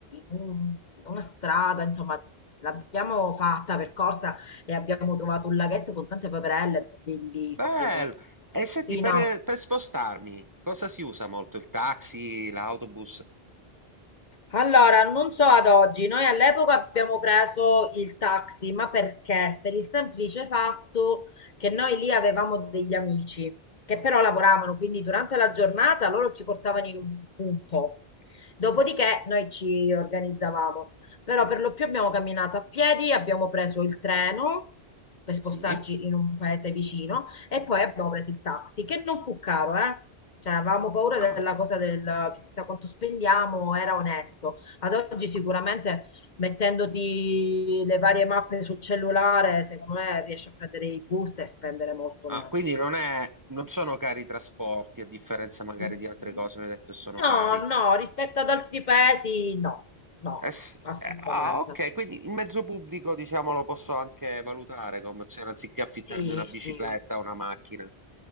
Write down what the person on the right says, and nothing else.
Bello. E senti,
per,
per spostarmi, cosa si usa molto? Il taxi, l'autobus?
Sì?
Ah.
Ah,
quindi non è, non sono cari i trasporti, a differenza magari
di altre
cose, mi hai detto che sono
cari.
Eh, s-
eh, ah, ok, quindi il mezzo pubblico, diciamo, lo posso anche valutare come opzione, anziché affittarmi
una bicicletta
o una macchina.